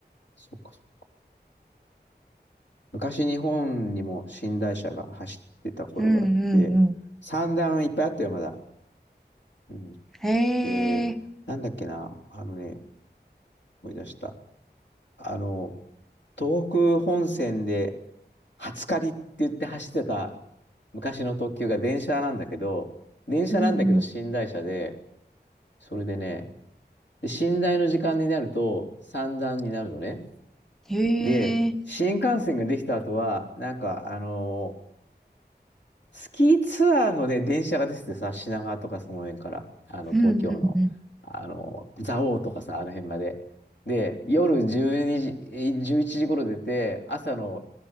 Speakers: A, on the left; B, in the centre.
A: そっかそっか。昔日本にも寝台車が走ってた頃があって、
B: うんうんうん。
A: 三段いっぱいあったよ、まだ。うん。
B: へえ、
A: で、なんだっけな、あのね、思い出した。あの、東北本線で、初借りって言って走ってた昔の特急が電車なんだけど、電車なんだけど寝台車で、
B: うんうん。
A: それでね、で、寝台の時間になると三段になるのね。
B: へ
A: で、
B: え、
A: 新幹線ができた後は、なんか、あのースキーツアーのね、電車が出ててさ、品川とかその辺から、あの、
B: うんうんうん。
A: 東京の、あのー蔵王とかさ、あの辺まで。で、夜12時、えー1時頃出て、朝の